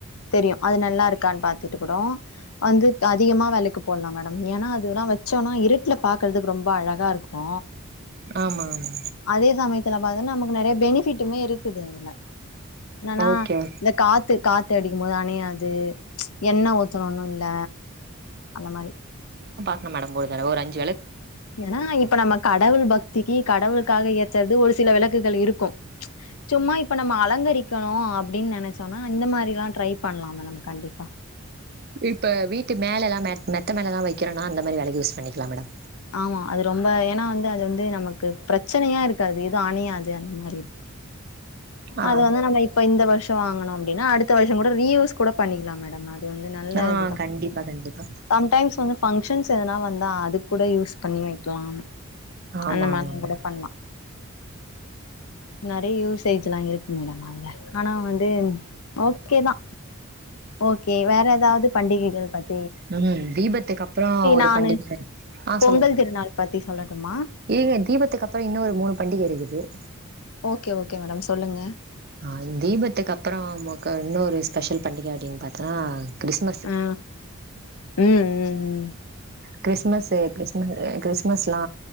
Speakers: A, on the left (about 85°); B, on the right (about 45°).
A: தெரியு அது நல்லா இருக்கான்னு பாத்தட்டு கூட வந்து அதிகமா வேலைக்கு போட்லா மேடம் ஏன்னா அதுல்லா வச்சோம்னா இருட்டுல பாக்கறதுக்கு ரொம்ப அழகா இருக்கு கோ
B: ஆமா ஆமா
A: அதே சமயத்துல பாத்த நமக் நிறைய பெனிஃபிட்டுமே இருக்குது அதுல என்னனா
B: ஓகே ஓகே
A: இந்த காத்து காத் த்தேஅடிக்கும் போது அணையாது என்ன ஊத்தணுனு இல்ல அந்த மாரி
B: டம் ஒரு தரவ ஒரஞ்சு
A: ஏன்னா இப்ப நம்ம காட் கடவுள் பக்திக்கு கடவுளுக்காக ஏத்துறது ஒரு சில விளக்குகள் இருக்கு சும்மா இப்ப நம்ம அலங்கரிக்கணு அப்படின்னு நினைச்சோம்ன்னா இந்த மாதிரி எல்லா ட்ரை பண்ணலா நம் கண்டிப்பா
B: இப்ப வீட்டு மேலலா மெத்த மேலலா வைக்கிறோனா அந்த மாரி வெலக்கு யூஸ் பண்ணிக்கலா மேடம்
A: ஆமா அது ரொம்ப ஏன்னா வந்து அது வந்து நமக்கு பிரச்சனையா இருக்காது எதுவு அணயாது அந்த மாதிரி
B: ஆ
A: அது வந்து நம்ம இப்ப இந்த வருஷ் த்து வாங்கணு அப்படின்னா அடுத்த வருஷம் கூட ரீயூஸ் கூட பண்ணிக்கலா மேடம் அது வந்து நல்ல
B: ஆ
A: இதுதா
B: கண்டிப்பா கண்டிப்பா
A: சம்டைம்ஸ் வந்து பங்க்ஷன்ஸ் எதுனா வந்தா அதுக் கூட யூஸ் பண்ணி வைக்கலா
B: ஆமா
A: அந்த மாத்ரி
B: ஆமாங்க
A: ந கூட பண்ணலா நிறைய யூஸேஜ் ல்லா இருக்கு மேடம் அதுல ஆனா வந்து ஓகே தா ஓகே வேற ஏதாவது பண்டிகைகள் பத்
B: உ தீபத்துக்கு அப்புறோ ஒரு
A: நானு
B: பண்டிக ஆ
A: பொங்கல்
B: சொல்லுங்க சொல்லுங்க
A: திருநாள் பத்தி சொல்லட்டுமா
B: ஏங்க தீபத்துக்கு அப்புற இன்னு ஒரு மூணு பண்டிக இருக்குது உ
A: ஓகே ஓகே மேடம் சொல்லுங்க
B: ஆ தீபத்துக்கு அப்புறோ நமக்கு இன்னொரு ஸ்பெஷல் பண்டிக அப்பிடின் பாத்தா கிறிஸ்மஸ்
A: ஆ ம் ம் ம்
B: கிறிஸ்மஸ் கிறிம கிறிஸ்மஸ்லா